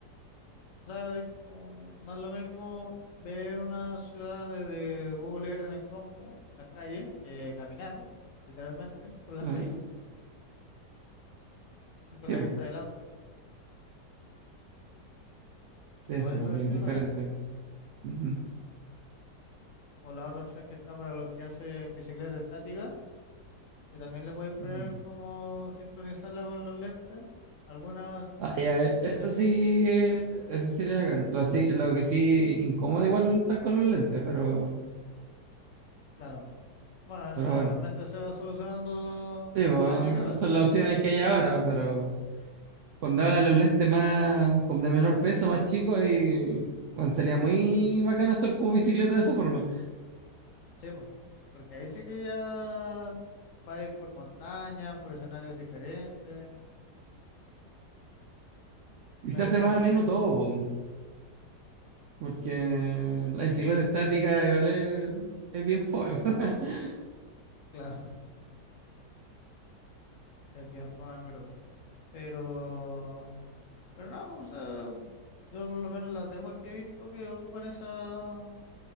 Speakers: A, on the left (about 65°); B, on the right (about 80°).
A: O sea, es como- no es lo mismo ver una ciudad desde Google Earth en el compu, las calles, que caminar literalmente por las
B: Ah,
A: calles, <laughs> con
B: Sí,
A: la
B: pues,
A: vista del auto.
B: es
A: Igual esa
B: pues,
A: cuestión
B: bien diferente.
A: es bacán.
B: Ujú.
A: O la otra opción que está para lo que hace en bicicleta estática, que también le podéis poner
B: Ujú.
A: como sincronizarla con los lentes. Algunas
B: Ah, ya, eh, eso
A: dejan,
B: sí, eh, eso sí le hagan. Lo, sí- lo que sí, incómodo igual estar con los lentes, pero,
A: claro. Bueno, eso
B: pero
A: eventualmente
B: bueno.
A: se va solucionando
B: Sí,
A: con
B: pues,
A: cada año que pasa.
B: esas son las opciones que hay ahora, pero cuando hagan los lentes más, con de menor peso, más chicos, y bueno, sería muy bacán hacer como bicicleta de esa forma.
A: Sí, po. Porque ahí sí que ya va a ir por montaña, por escenarios diferentes,
B: Y
A: va
B: se
A: explorando
B: hace más menos
A: todo.
B: todo, po, porque la bicicleta estática igual es, es bien fome. <laughs>
A: Claro, <laughs> es bien fome, en verdad. Pero, pero no, po, o sea, yo por lo menos las demos que he visto que ocupan esa,